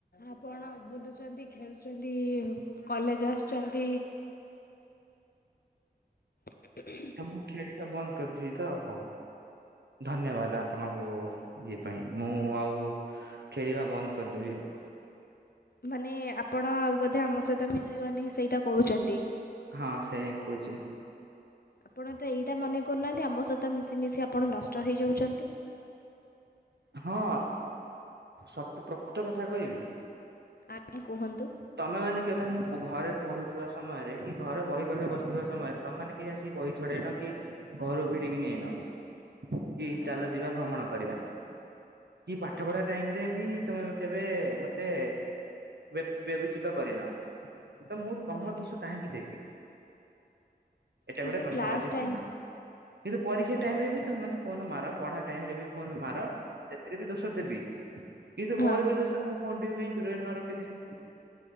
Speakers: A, on the left; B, on the right.
A: ଆପଣ ବୁଲୁଛନ୍ତି ଖେଳୁଛନ୍ତି କଲେଜ ଆସୁଛନ୍ତି <inaudible>
B: ମୁଁ ଖେଳିବା ବନ୍ଦ କରିଦେବି ତ ହଉ ଧନ୍ୟବାଦ ଆପଣଙ୍କୁ ଇଏ ପାଇଁ ମୁଁ ଆଉ ଖେଳିବା ବନ୍ଦ କରିଦେବି ଆଉ
A: ମାନେ ଆପଣ ଆଉ ବୋଧେ ଆମ ସହିତ ମିଶିବନି ସେଇଟା କହୁଛନ୍ତି
B: ହଁ ସେ କହୁଛି
A: ଆପଣ ତ ଏଇଟା ମନେ କରୁନାହାନ୍ତି ଆମ ସହିତ ମିଶିମିଶି ଆପଣ ନଷ୍ଟ ହେଇଯାଉଛନ୍ତି
B: ହଁ ସତ ପ୍ରକୃତ କଥା କହିବି
A: ଆଜ୍ଞା କୁହନ୍ତୁ
B: ତମେ ମାନେ କେବେ ମୁଁ ଘରେ ପଢୁଥିବା ସମୟରେ କି ଘରେ ବହି ପାଖ ବସିଥିବା ସମୟରେ ତମ କେହି ଆସିିକ ବହି ଛଡେଇନ କି ଘରୁ ଭିଡିକି ନେଇନ କି
A: ଆଜ୍ଞା
B: ଚାଲ ଯିବା ଭ୍ରମଣ କରିବା କି ପାଠ
A: ଆଜ୍ଞା
B: ପଢା ଟାଇମ ରେ ବି ତ କେବେ ମତେ ବ୍ୟବଚିତ କରିନ ତ ମୁଁ ତମ
A: ଆଜ୍ଞା
B: ଦୋଷ କାହିଁକି ଦେବି ଏଟ
A: କିନ୍ତୁ
B: ଗୋଟେ ପ୍ରଶ୍ନବାଚୀ
A: କ୍ଲାସ୍ ଟାଇମ୍
B: ଚିହ୍ନ କିନ୍ତୁ ପରୀକ୍ଷା ଟାଇମ ରେ ବି ତାନେ ଫୋନ ମାର ପଢା ଟାଇ ରେ ବି ଫୋନ ମାର ସେଥିରେ ବି ଦୋଷ ଦେବି କିନ୍ତୁ
A: ହଁ।
B: ମୋର ବି ଦୋଷ ମୁଁ ଫୋନ କୁ କାଇଁ ଦୂରରେ ନ ରଖିଥିଲି